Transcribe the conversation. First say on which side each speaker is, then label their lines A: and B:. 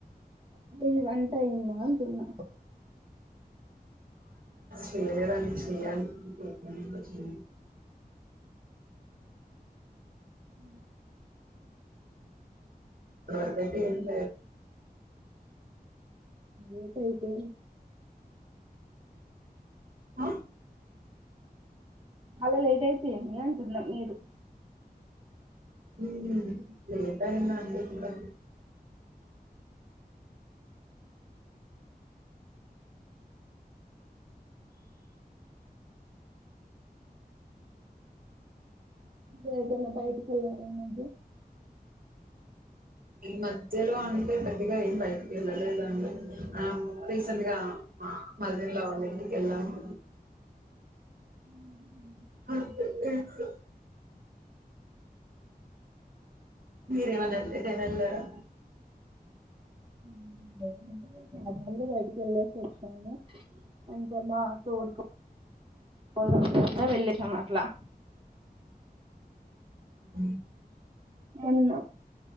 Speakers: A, on the right; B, on the right.
A: ఇది వన్ంటైంద సన్న
B: చేలే చే
A: అ
B: మకట్ంట
A: ఏట్యితే
B: ఆ
A: అలా లేట్ అయిపోయండి అంటున్నాం మీరు
B: హ్మ్ ఏటైనా అండి ఇంకా
A: దేవ్ దన బయటికేళ్లారా ఈమధ్య
B: ఈ మధ్యలో అంటే పెద్దగా ఏం బయటకీ వెళ్ళలేదండి ఆ రీసెంట్గా మా మదర్ఇన్లా ఇంటికి వెళ్ళాము
A: హ్మ్
B: అ తెలుసు మీరేమన్న ఎటైనాఏళ్ళారా
A: హ్మ్ ఏముంటది అందరూ బయటికి వెళ్ళేసి వచ్చాము ఇంకా మాతోడి కో వాళ్లంతంతా వెళ్ళసాం అట్లా
B: హ్మ్
A: మొన్న